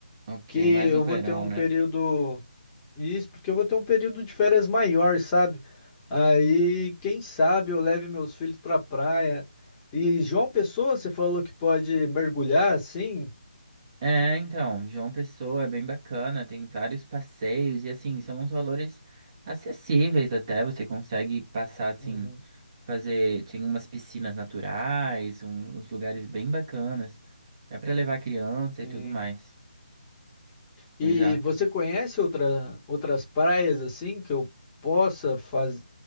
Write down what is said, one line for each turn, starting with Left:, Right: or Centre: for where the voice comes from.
Right: Ok,
Left: que
Right: mais
Left: eu
Right: no verão,
Left: vou ter um
Right: né?
Left: período. Isso, porque eu vou ter um período de férias maior, sabe? Aí, quem sabe eu leve meus filhos pra praia. E João Pessoa, você falou que pode mergulhar assim?
Right: É, então, João Pessoa é bem bacana, tem vários passeios e assim, são uns valores acessíveis até, você consegue passar assim,
Left: Uhum.
Right: fazer, tem umas piscinas naturais, um- uns lugares bem bacanas. É pra levar criança e
Left: Sim.
Right: tudo mais.
Left: E
Right: Exato.
Left: você conhece outra, outras praias assim que eu possa, faz,